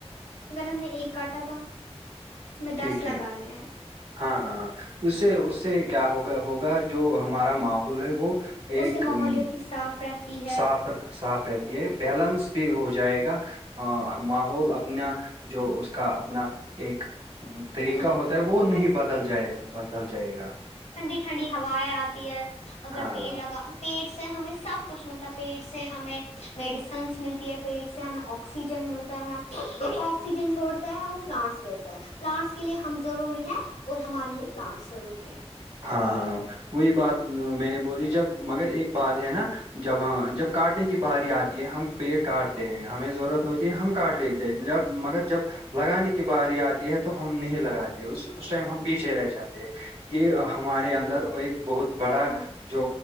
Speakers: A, on the left (about 80°); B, on the right (about 60°).
A: اگر ہم نے ایک کاٹا تو ہمیں
B: ٹھیک
A: دس
B: ٹھیک
A: لگانے ہیں
B: ہاں ہاں اس سے اس سے کیا ہوگا ہوگا جو ہمارا ماحول ہے وہ ایک
A: اس سے ماحولتی
B: ام،
A: صاف رہتی ہے
B: صاف صاف رہتی ہے بیلنس بھی ہو جائے گا ماحول اپنا جو اس کا اپنا ایک طریقہ
A: جی بالکل
B: ہوتا ہے وہ نہیں
A: ٹھنڈ
B: بدل جائے بدل جائے گا
A: ٹھنڈی ٹھنڈی ہوائیں آتی ہے اگر
B: ہاں
A: پیڑ
B: ہاں
A: لگا پیڑ سے ہمیں سب کچھ ملتا ہے پیڑ سے ہمیں میڈیسنز ملتی ہے پیٹ سے ہمیں اکسیجن آکسیجن ملتا ہے جو آکسیجن چھڑتا ہے وہ پلانٹس لیتا ہے پلاانٹس کے لیے ہم ضروری ہے اور ہمارے لیے پلانٹس ضروری ہے
B: ہاں ہاں وہی بات میں نے بولی جب مگر ایک بات ہے نا جب ہاں جب کاٹنے کی باری آتی ہے ہم پیٹ کاٹتے ہیں ہمیں ضرورت ہوتی ہے ہم کاٹ لیتے جب مگر جب لگانے کی باری آتی ہے تو ہم نہیں لگاتے اس اس ٹائم ہم پیچھے رہ جاتے ہیں یہ ہمارے اندر ایک بہت بڑا
A: ہاں
B: جو